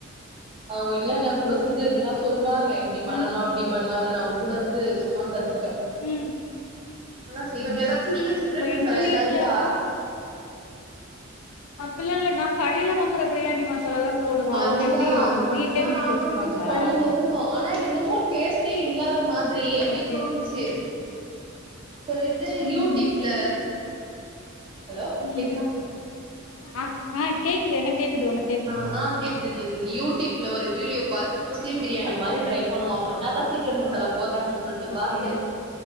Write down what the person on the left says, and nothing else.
ஓகே
ஆ
ம்
ம்
ஓ
எங்க
வீட்ல
அப்பில்லா இல்ல நா கடைல வாங்குறதா பிரியாணி மசாலாதா போடுவ அவுங்க
எப்டி
வீட்லே நுனுக்கி
வெச்சிப்பாங்களா
ஓகே
ம்
ம்
ம்
ஆ ஆ கேக்குது எனக் கேக்குது உனக்
ஓகே